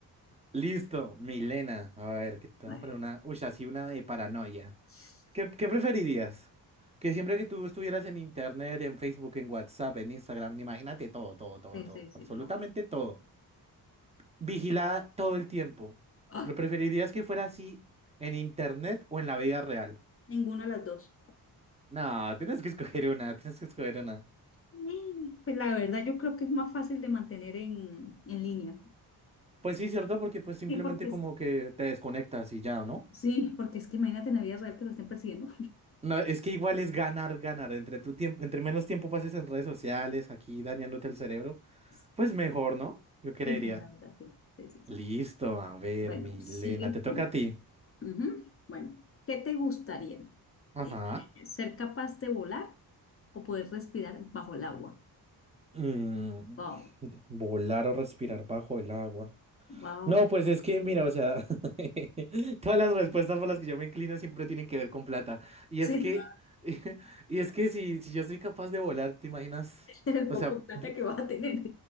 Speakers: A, on the right; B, on the left.
A: Listo, Milena. A ver, que te
B: Madre.
A: voy a poner una. Uy, así una de paranoia.
B: Sí,
A: ¿Qué, qué preferirías? Que siempre que tú estuvieras en internet, en Facebook, en WhatsApp, en Instagram, imagínate todo, todo, todo,
B: sí,
A: todo,
B: sí,
A: absolutamente
B: todo.
A: todo, vigilada todo el tiempo.
B: Ay,
A: ¿Lo preferirías que fuera así en internet o en la vida real?
B: ninguna de las dos.
A: No, tienes que escoger una, tienes que escoger una.
B: Eh, Pues la verdad, yo creo que es más fácil de mantener en, en línea.
A: Pues sí, cierto, porque pues simplemente
B: Sí, porque es,
A: como que te desconectas y ya, ¿no?
B: sí, porque es que imagínate en la vida real que lo estén persiguiendo.
A: No, es que igual es ganar, ganar. Entre tu tiempo, entre menos tiempo pases en redes sociales, aquí dañándote el cerebro,
B: <laughs>
A: pues mejor, ¿no? Yo creería.
B: Sí, sí, la verdad, sí. Sí, sí, sí.
A: Listo, a ver,
B: Bueno,
A: Milena,
B: sigues
A: te toca
B: tú.
A: a ti.
B: Ujú. Bueno, ¿qué te gustaría?
A: Ajá.
B: Eh, eh, ¿Ser capaz de volar o poder respirar bajo el agua?
A: Mm,
B: Wow,
A: volar o respirar bajo el agua.
B: wow,
A: No, pues
B: wow.
A: es que, mira, o sea, <laughs> todas las respuestas por las que yo me inclino siempre tienen que ver con plata. Y
B: Sí,
A: es que, <laughs> y es que si, si yo soy capaz de volar, ¿te imaginas?
B: <laughs> el
A: O
B: poco
A: sea,
B: de plata
A: vi-
B: que vas a tener.